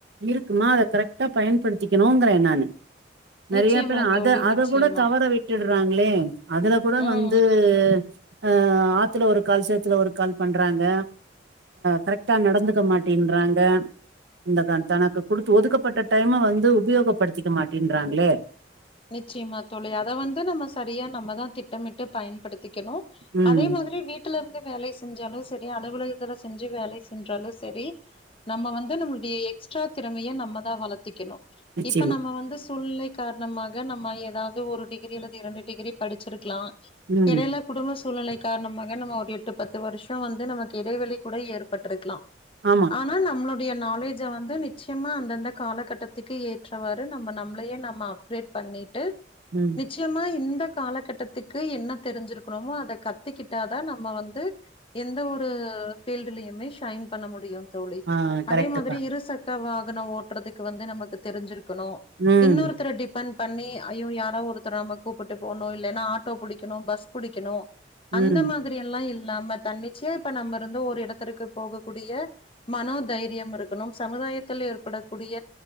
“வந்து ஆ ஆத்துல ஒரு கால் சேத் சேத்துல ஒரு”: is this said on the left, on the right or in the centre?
Right